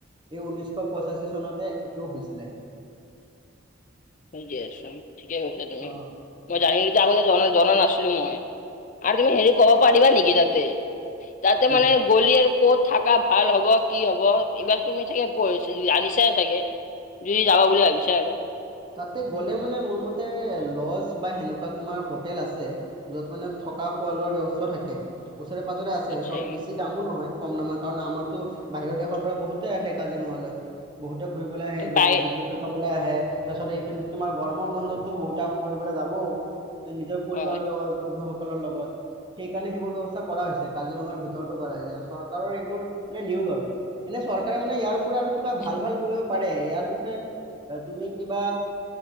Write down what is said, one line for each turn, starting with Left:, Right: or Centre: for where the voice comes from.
Right: এই ঊনৈশ পঁচাশী চনতে এইটোও হৈছিলে।
Left: বুজি আছো, ঠিকেই হৈছে তুমি
Right: অ
Left: মই জিতিয়া আগতে জনা নাছিলো মই। আৰু তুমি হেৰি ক'ব পাৰিবা নেকি তাতে তাতে
Right: কি
Left: মানে গলিয় ক'ত থাকা ভাল হ'ব কি হ'ব, এইবাৰ তুমি চাগেছ আনিছা চাগে যুদি যাবা বুলি ভাবিছা আৰু
Right: তাতে গ'লে মানে মোৰ মতে লজ বা সেনেকুৱা তোমাৰ হোটেল আছে য'ত মানে থকা খোৱা লোৱাৰ ব্যৱস্থা থাকে। ওচৰে পাজৰে আছে
Left: আচ্ছা
Right: চব বেছি দামো নহয়। কম নময় <unintelligible> কাৰণ আমাৰতো বাহিৰৰ দেশৰ পৰা বহুতেই আহে কাজিৰঙালৈ বহুত ত' ঘূৰিবলৈ আহে
Left: বাই
Right: জীৱ জন্তু চাবলৈ আহে। তাৰ পিছত এই তোমাৰ গৰমৰ বন্ধতো বহুত আকৌ ঘূৰিবলৈ যাব নিজৰ পৰিবাৰৰ
Left: হয়
Right: লগত বন্ধুসকলৰ লগত। সেইকাৰণে সেইবোৰ ব্যৱস্থা কৰা হৈছে কাজিৰঙাৰ ভিতৰতো কৰা হৈছে চৰকাৰৰ এইবোৰ মানে নিয়োগ আৰু। এনে চৰকাৰে মানে ইয়াৰ পৰা আৰু কিবা
Left: আচ্ছা
Right: ভাল ভাল কৰিব পাৰে ইয়াৰ বিষয়ে, তুমি কিবা